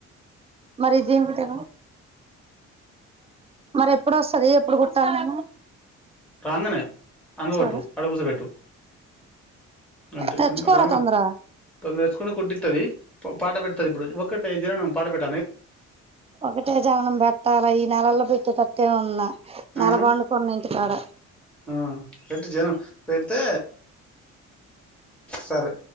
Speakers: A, on the right (about 20°); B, in the centre.
A: మరి దీనికి మరి ఎప్పుడు వస్తంది ఎప్పుడు కుట్టాలి
B: రాాంగన్ అనుగు
A: సరే
B: పెట్టు అడగుస పెట్టు అంతే
A: తెచ్చుకోరా
B: రాంగ
A: తొందరగా
B: తొంద ఎచకంట కొటితది పాట పెడతారు ఇప్పుడు ఒకటే జననుం పాట పెట్ట
A: ఒకటే జననం పెట్టాల ఈ నెలల్లో పెట్టేటట్టే ఉంద నెలబాండు
B: ఆ
A: కొన్నించుతడ
B: ఆ పెట్టు జనం పెడితే సరే